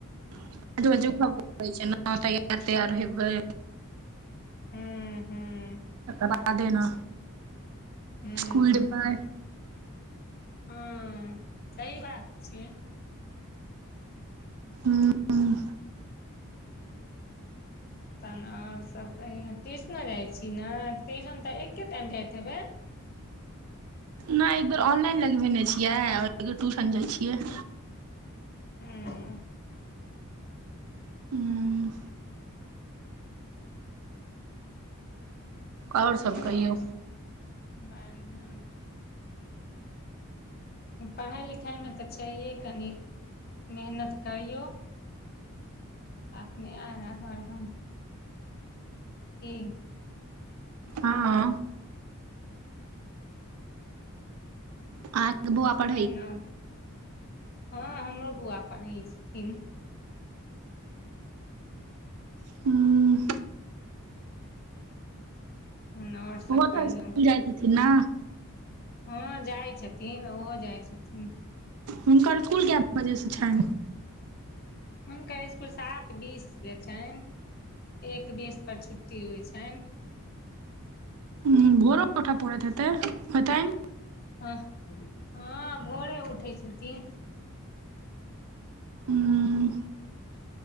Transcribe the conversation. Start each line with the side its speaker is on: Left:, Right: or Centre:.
Right: पाँच बजे उठब ै <inaudible> छै न तैयार तैयार हेबै
Left: हूँ हूँ
Right: <inaudible> देना
Left: हूँ
Right: सकूल जेबइ
Left: हँ सही बात छियै
Right: हँ
Left: तहन और सब कहियो ट्यूशनो जाइ छी ने ट्यूशन तऽ एके टाइम जाइत हेबै
Right: नय एकबेर ऑनलाइन लगबेने छियै बेर ट्यूशन जाइ छियै
Left: हं
Right: हूँ आओर
Left: तहन
Right: सब कहियौ
Left: ओर सब बढ़िआँ पढ़ाइ लिखाइमे तऽ छैहे कनी मेहनत करियौ अपने आगाँ बढ़ब की
Right: हँ अहा के त बौआ पट
Left: ह हँ हमरो बउआ पढ़ै छथिन
Right: हूँ
Left: हन ओर सब
Right: ओहो तऽ
Left: कहियौ
Right: इसकुल जाइत हेथिन ने
Left: हँ जाइ छथिन ओहो जाइ छथिन
Right: हुनकर स्कूल कय बजे से छ
Left: हुनकर इसकुल सात बीससँ छनि एक बीस पर छुट्टी होइ छैन
Right: हं भोरो उठए पड़ैत हेतै होतेन
Left: हाँ हा भोरे उठै छथिन
Right: हूँ